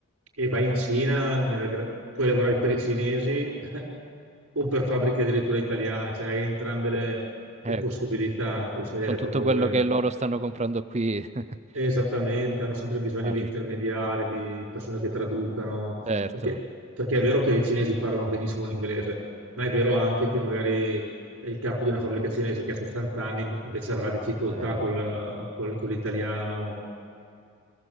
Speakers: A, on the right (about 80°); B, on the right (about 30°).
A: e vai in Cina, nella gra- puoi lavorare per i cinesi <laughs> o per fabbriche addirittura italiane, cioè hai entrambe le, le
B: Eh,
A: possibilità, no? Puoi scegliere
B: con tutto
A: proprio dove,
B: quello che loro stanno comprando qui. <laughs>
A: Esattamente, hanno sempre bisogno
B: Facile.
A: di intermediari, di persone che traducano,
B: Certo.
A: perché, perché è vero che i cinesi parlano benissimo l'inglese, ma è vero anche che magari è il capo di una fabbrica cinese che ha 60 anni invece avrà difficoltà
B: Eh,
A: col-
B: infatti.
A: col- con l'italiano